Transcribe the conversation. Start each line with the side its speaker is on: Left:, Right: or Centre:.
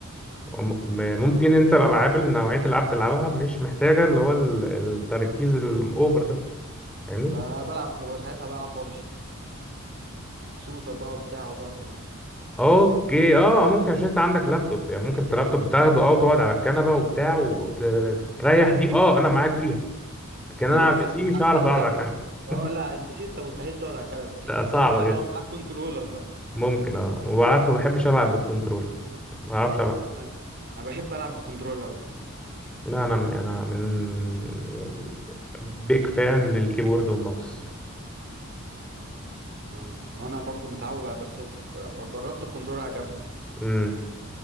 Centre: وم- م- ممكن انت الالعاب اللي نوعية الالعاب بتلعبها مش محتاجة اللي هو ال- التركيز الاوفر ده فاهمني
Right: ب- بلعب ببقى ساعتها بلعب بابجي شوتر بقى وبتاع وضرب و...
Centre: اوكي اه ممكن عشان انت عندك لابتوب يعني ممكن انت اللابتوب تاخده اه وتقعد على الكنبة وبتاع وتريح دي اه انا معاك فيها لكن
Right: للاسف
Centre: انا على البي سي مش
Right: حتى
Centre: هعرف
Right: اللابتوب
Centre: اقعد على الكنبه
Right: اه لا على البي سي انت مستحيل تقعد على الكنبه
Centre: لا،
Right: <laughs>
Centre: صعبه
Right: الا
Centre: جدا
Right: لو معاك كنترولر بقى
Centre: ممكن اه ما بعرفش ما بحبش العب بالكنترول ما بعرفش
Right: آه،
Centre: العب
Right: انا أنا بحب العب بالكنترولر قوي
Centre: لا انا انا من يعني بيج فان للكيبورد والماوس
Right: اه وانا برضو متعود على بس جربت الكنترولر عجبني
Centre: امم